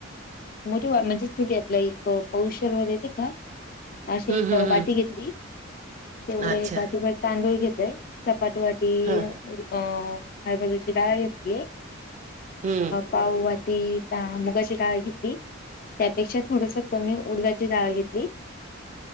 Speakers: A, on the left (about 45°); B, on the right (about 35°).
A: मोठी म्हणजेच े आपला पौषर ववर येते का? अशी
B: हम्म
A: एक
B: हम्म हम्म.
A: वाटी घेतली तेवढं
B: अच्छा.
A: एक वाटी म तांदूळ घेतलंय चपाट वाटी
B: हा.
A: ती अ हरबाजूची लााळ घेती.
B: हम्म.
A: पाववा ती त्या मुगाची कााळ त्यापेक्षा थोडस कमी ऊर्जाची जाडाळ घेतली.